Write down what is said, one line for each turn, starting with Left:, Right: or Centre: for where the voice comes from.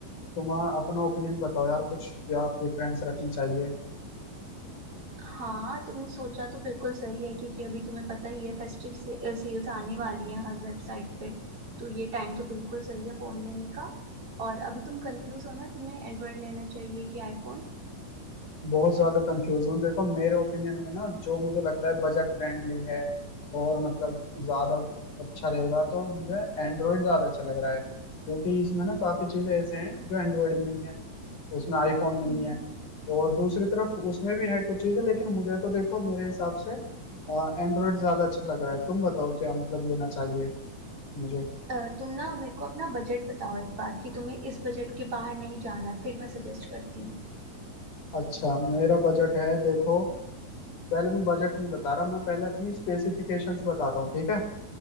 Left: तुम अपना ओपिनियन बताओ यार कुछ क्या प्रेफरेंस रखनी चाहिए
Right: हाँ तुमने सोचा तो बिल्कुल सही है क्योंकि अभी तुम्हें पता ही है फेस्टिव से, सेल्स आने वाली है हर वेबसाइट पे तो ये टाइम तो बिल्कुल सही है फोन लेने का और अभी तुम कंफ्यूज हो ना तुम्हें एंड्रॉयड लेना चाहिए कि आईफोन
Left: बहुत ज्यादा कंफ्यूज हूँ देखो मेरे ओपिनियन में ना जो मुझे लगता है बजट फ्रेंडली है और मतलब ज्यादा अच्छा रहेगा तो मुझे एंड्रॉयड ज्यादा अच्छा लग रहा है क्योंकि इसमें ना काफी चीजें ऐसे हैं जो एंड्रॉयड में नहीं है उसमें आईफोन में नहीं
Right: हम्म
Left: है और दूसरी तरफ उसमें भी है कुछ चीजें लेकिन मुझे तो देखो मेरे हिसाब से एंड्रॉयड ज्यादा अच्छा लग रहा है तुम बताओ क्या मतलब लेना चाहिए मुझे
Right: अ, तुम ना मेरे को अपना बजट बताओ एक बार कि तुम्हें इस बजट के बाहर नहीं जाना फिर मैं सजेस्ट करती हूँ
Left: अच्छा मेरा बजट है देखो पहले मैं बजट नहीं बता रहा मैं पहले अपनी स्पेसिफिकेशंस बताता हूँ ठीक है